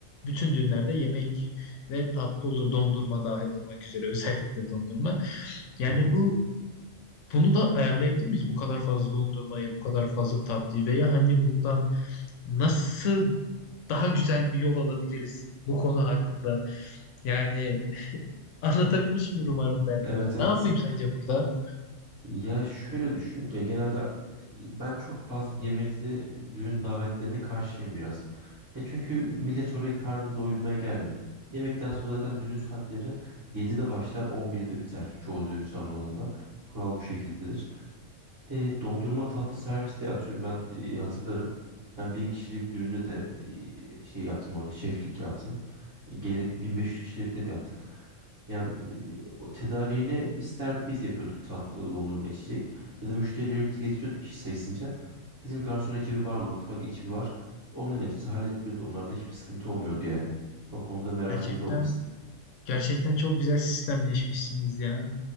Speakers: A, on the left; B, on the right.
A: bütün düğünlerde yemek ve tatlı olur dondurma dahil olmak üzere özellikle dondurma. Yani
B: Evet.
A: bu bunu da ayarlayabilir miyiz? Bu kadar fazla dondurmayı, bu kadar fazla tatlıyı veya hani bundan nasıl daha güzel bir yol alabiliriz bu konu hakkında? Yani Anlatabilmişimdir umarım derdimi.
B: Evet evet.
A: Ne yapayım sence burada?
B: Ya şöyle düşün. Ya genelde e, ben çok fazla yemekli düğün davetlerine karşıyım biraz. E çünkü millet oraya karnını doyurmaya gelmiyor. Yemekten sonra zaten düğün saatleri 7'de başlar on birde biter çoğu düğün salonunda. Kural bu şekildedir. E, dondurma tatlı serviste atıyorum ben e, hatırlarım. Ben bin kişilik düğünde de e, şey yaptım orada şeflik yaptım. Gerek 1500 kişilikte de yaptık. Yani e, o tedariğini ister biz yapıyorduk tatlı dondurma içecek ya da müşterilerimiz getiriyordu kişi sayısınca. Bizim garson ekibi var, mutfak ekibi var. Onların hepsi hallediliyordu. Onlarda hiçbir sıkıntı olmuyordu yani. O konuda merakınız
A: Gerçekten
B: olmasın.
A: gerçekten çok güzel sistemleşmişsiniz ya.